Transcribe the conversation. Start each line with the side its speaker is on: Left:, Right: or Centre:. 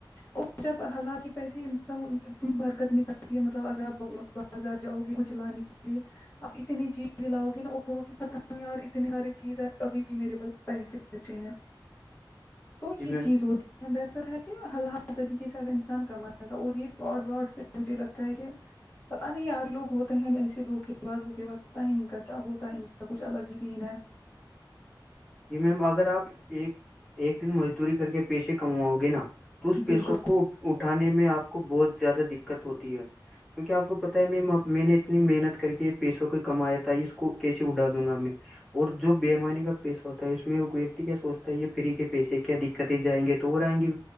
Left: اور جب حالانکہ پیس اتنی برکت نکلتی ہے مطلب اگر بازار جاؤ گے کچھ لانے کے لیے اپ اتنی چیز لاؤ گی نا اپولو گی پت نہیں یار اتنی ساری چیز اب بھی میرے پا پیسے ے ہیں تو
Centre: جی
Left: یہ
Centre: میم
Left: چیز ہوتی ہے بہتر ہے کہ حل حال طریقے سے اگر انسان کمائے گا اور یہ فراڈ واڈ سے مجھے لگتا ہے کہ پتا نہیں آدے لوگ ہوتے ہیں ایسے دکھے بس بوک بس پتا نہیں ان کا کیا ہوتا ہے ان کا کچھ الگ ہی سین ہے
Centre: ج میم اگر آپ ایک ایک دن مزدوری کر کے پیسے کماؤ گے نا تو اس پیسوں
Left: بالکل
Centre: کو اٹھانے میں آپ کو بہت زیادہ دقت ہوتی ہے کیوںکہ آپ کو پتا ہے میں میں نے اتنی محنت کر کے پیسوں کو کمایا تھا اس کو کیسے اڑا دوں گا میں اور جو بے ایمانی کا پیش ہوتا ہے اس میں وہ ویکتی کیا سوچتا ہے یہ فری کے پیسے کیا دقتیں جائیں گے تو ہو آئیں گے